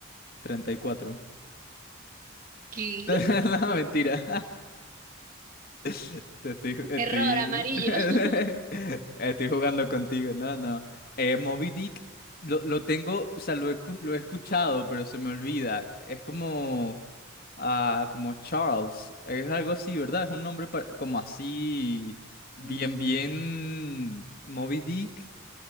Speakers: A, on the left; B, on the right.
A: treinta y cuatro.
B: ¿Qué?
A: <laughs> No, mentira. <laughs> Te estoy, estoy,
B: Error amarillo.
A: <laughs>
B: <laughs>
A: estoy jugando contigo. No, no. Eh, Moby Dick lo, lo tengo, o sea, lo he, escu- lo he escuchado, pero se me olvida. Es como, ah, como Charles. Es algo así, ¿verdad? Es un nombre pa- como así, bien,
B: Mm,
A: bien. Moby Dick.